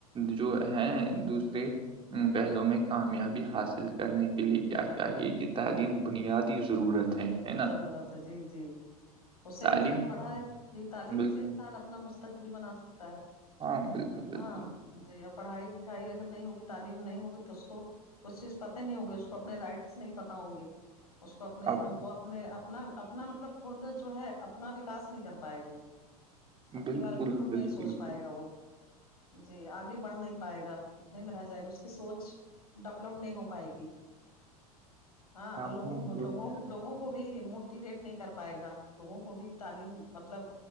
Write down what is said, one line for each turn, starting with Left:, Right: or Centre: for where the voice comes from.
Right: جو ہے دوسرے پہلو میں کامیابی حاصل کرنے کے لئے کیا چاہیے کہ تعلیم بنیادی ضرورت ہے ہے نا
Left: ضرورت ہے جی جی اسے
Right: تعلیم
Left: انسان پڑھاائے جی تعلیم
Right: بال
Left: سے انسان اپنا مستقبل بنا سکتا ہے
Right: ہاں بالکل بالکل
Left: ہاں جی پڑھائی لکھائی اگر نہیں ہوگی تعلیم نہیں ہوگی تو اس کو کچھ چیز پتے نہیں ہوگی اس کو اپنے رائٹس نہیں پتا ہوں گے اس کو اپنے
Right: اب
Left: وہ اپنے اپنا اپنا مطلب خود جو ہے اپنا وکاس نہیں کر پائے گا وہ اپنے
Right: بالکل
Left: بارے میں خود
Right: بالکل
Left: نہیں سوچ
Right: بالکل
Left: پائے گا وہ جی آگے بڑھ نہیں پائے گا اتنے میں رہ جائے گا اس کی سوچ ڈیولپ نہیں ہو پائے گی ہاں
Right: آپ
Left: لوگوں
Right: نے
Left: کو
Right: جو
Left: لوگوں
Right: ہے
Left: لوگوں کو کو بھی موٹیویٹ نہیں کر پائے گا لوگوں کو بھی تعلیم مطلب